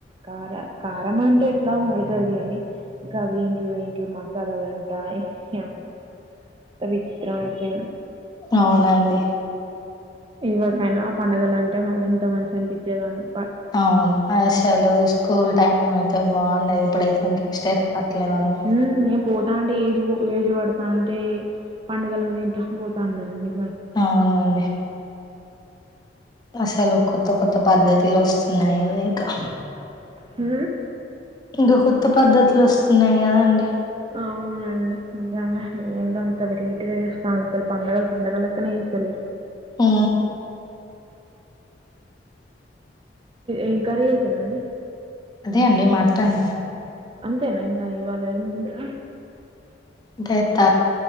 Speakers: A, on the right; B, on the left.
A: కార కారం అంటే ఎట్లా వాడుతాది కాని గా ఏంటి ఇవి ఏంటి మసాలాలు ఉంటాయి ఏమో చిత్ర విచిత్రం అయిపోయింది
B: అవునండి
A: ఎవరికైనా పండుగల అంటే ఇంత మంచి అనిపించేదండి
B: అవును అసలు స్కూల్ టైమ్ అయితే బాగుండేది <unintelligible> లివర్ మీద
A: హ్మ్. నేను పోతా అంటే ఏజ్ ఏజ్ పడతా అంటే పండుగల మీద ఇంట్రెస్ట్ పోతా ఉండండి
B: అవునండి అసలు కొత్త కొత్త పద్ధతులు వస్తున్నాయి అండి ఇంకా
A: ఊ
B: ఇంకా కొత్త పద్ధతులు వస్తున్నాయా అండి
A: అవునండి నిజంగా ఏందో అంత వెరైటీగా చేస్తన్నారు అసలు పండగలు పండగలు లెక్కనే చేస్త లేరు
B: ఆ
A: ఏం కర్రీ చేేసారండి
B: అదే అండి మటన్
A: అంతేనా ఇంగ ఇవాళ ఏం ఉండద
B: చేత